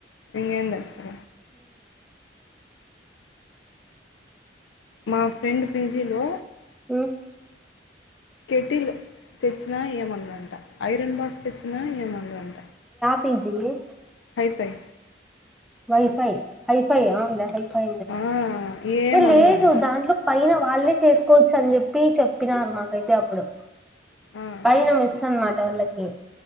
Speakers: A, on the left (about 85°); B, in the centre.
A: ఇంకేం తెస్ <inaudible> మా ఫ్రెండ్ పీజీలో
B: మ
A: కెటిల్ తెచ్చినా ఏమనరంట ఐరన్ బాక్స్ తెచ్చిన ఏమన వంట
B: పిజిఏ
A: అయిపోయే
B: వైఫై వైఫై అవును వఫై
A: ఆ ఏమనరంట
B: లేదు దాంట్లో పైన వాళ్ళే చేసుకోవచ్చు అని చెప్పి చెప్పినారు మాకైతే అప్పుడు
A: ఆ
B: పైన మిస్ అన్ మా వాళ్ళకి